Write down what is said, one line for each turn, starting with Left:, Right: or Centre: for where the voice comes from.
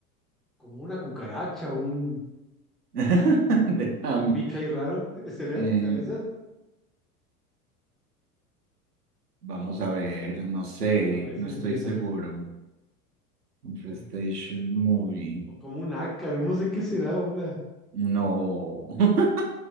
Centre: como una cucaracha o un
Right: <laughs>
Centre: un,
Right: De, am-
Centre: un bicho ahí raro. <laughs> ¿Será?
Right: eh,
Centre: ¿Será esa?
Right: vamos a ver, no sé,
Centre: A ver
Right: no
Centre: si
Right: estoy
Centre: es esa.
Right: seguro. Infestation
Centre: <laughs>
Right: Movie.
Centre: O como un ácaro, no sé qué será, o una,
Right: No. <laughs>